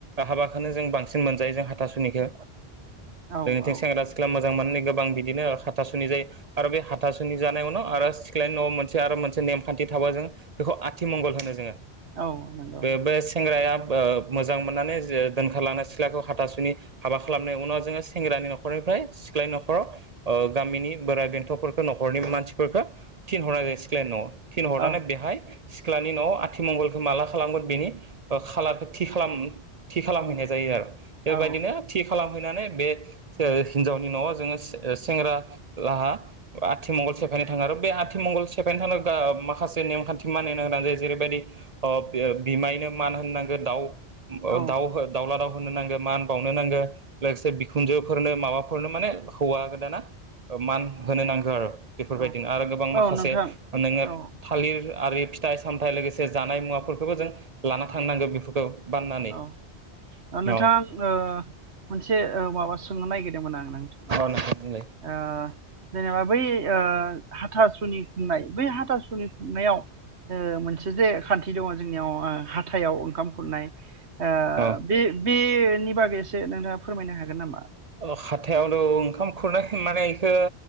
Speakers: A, on the right; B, on the right.
A: हाबाखौनो जों बांसिन मोनजायो जों हाथासुनिखौ
B: औ
A: जोंनिखै
B: औ
A: सेंग्रा सिख्ला मो जां मोननाय गोबां बिदिनो हाथासुनि जायो आरो बे हाथासुनि जानाय उनाव आरो सिख्ला न'आव मोन से आरो मोनसे नेमखान्थि थाबा जों बेखौ आथिमंगल होनो जोङो।
B: औ नंगौ
A: बेबो सेंग्राया ओ मोजां मोननानै ओ दोनखारलांनाय सिख्लाखौ हाथासुनि हाबा खालामनायनि उनाव जोङो सेंग्रानि न'खरनिफ्राय सिख्लानि न'खराव ओ गामिनि बोराइ बेन्थ'फोरखौ न'खरनि मानसिफोरखौ थिनहरनाय जायो सि ख्लानि न'आव थिनहरनानै
B: औ
A: बेहाय सिख्लानि न'आव आथिमंगलखौ माला खालामगोन बेनि ओ खालारखौ थि खालाम थि खालामहैनाय जायो आरो। बेबायदिनो
B: औ
A: थि खालाम नानै बे हिनजावनि न'आव जो सेंग्रा लाहा आथिमंगल सेफायनो थाङो आरो बे आथिमंगल सेफायनो थांनांगौ गा माखासे नेमखान्थि मानि होनो गोनां जायो जेरैबायदि ओ बिमायनो मान होननांगौ दाउ
B: औ
A: ओ दाव हो दावला दाव होननो नांगो मान बावनो नांगो लोगोसे बिखुन्जो फोरनो माबाफोरनो माने हौवा गोदाना मान‌ होनो नांगौ आरो। बेफोरबायदिनो
B: औ
A: आरो गोबां
B: औ
A: माखासे
B: नोंथां
A: नोङो
B: औ
A: थालिर आरि फिथाइ सामथाइ लोगोसे जानाय मुवाफोरखौबो जों लाना थांनांगौ बेफोरखौ बाननानै
B: औ ओ नोंथां
A: औ
B: ओ मोनसे ओ माबा सोंनो नागिर दोंमोन आं <inaudible>
A: औ नोंथां बुंलाय
B: ओ जेनेबा बै ओ हाथासुनि खुंनाय बै हाथासुनि खुंनायाव ओ मोनसे जे खान्थि दङ जोंनियाव हाथायाव ओंखाम खुरनाय ओ‌
A: औ
B: बे बेनि बागै एसे नोंथाङा फोरमायनो हागोन नामा?
A: अ हाथायावथ' ओंखाम खुरनाय माने इखो